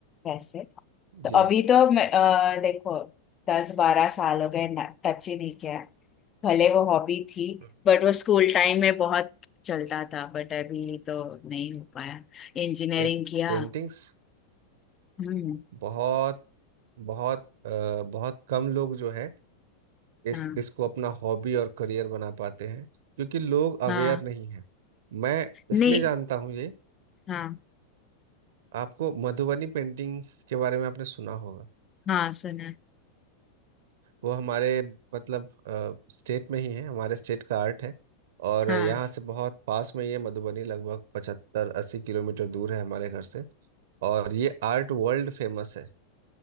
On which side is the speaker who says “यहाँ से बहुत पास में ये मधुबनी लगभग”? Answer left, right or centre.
Right